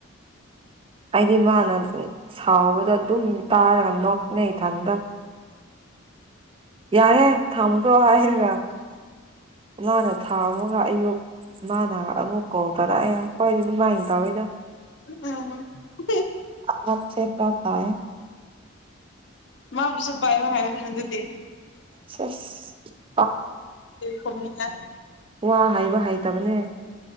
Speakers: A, on the right (about 25°); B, on the left (about 60°).
A: ꯑꯩꯗꯤ ꯃꯥꯅ ꯁꯥꯎꯕꯗꯣ ꯑꯗꯨꯝ ꯇꯥꯔꯒ ꯅꯣꯛꯅꯩ ꯏꯊꯟꯇ ꯌꯥꯔꯦ ꯊꯝꯈꯔꫭ ꯍꯥꯏꯔꯒ ꯃꯅꯥ ꯊꯥꯕꯒ ꯑꯌꯨꯛ ꯃꯅꯥ ꯑꯃꯨꯛ ꯀꯧꯔꯛꯄꯗ ꯍꫭꯏ ꯑꯗꯨꯃꯥꯏꯅ ꯇꯧꯑ
B: ꯎꯝ <unintelligible>
A: ꯑ ꯁꯦꯈꯥꯚꯥꯏ <unintelligible>
B: ꯃꯥꯕꯨꯁꯨ ꯄꯥꯏꯌꫭ ꯍꯥꯏꯌꫭꯅ ꯑꯗꯨꯗꯤ
A: ꯁ‌ꯦꯁ
B: ꯐꯅꯤꯡꯉ <unintelligible>
A: ꯋꯥ ꯍꯥꯏꯕ ꯍꯥꯏꯩꯇꯕꯅꯦ